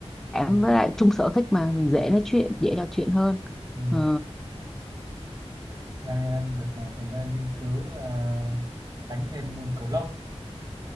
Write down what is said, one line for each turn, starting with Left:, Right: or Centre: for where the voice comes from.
Centre: em
Right: ừ,
Centre: với lại chung sở thích mà mình dễ nói chuyện dễ trò chuyện hơn
Right: ừ.
Centre: ừ.
Right: đang ờ, đợt này mình đang nghiên cứu là đánh thêm môn cầu lông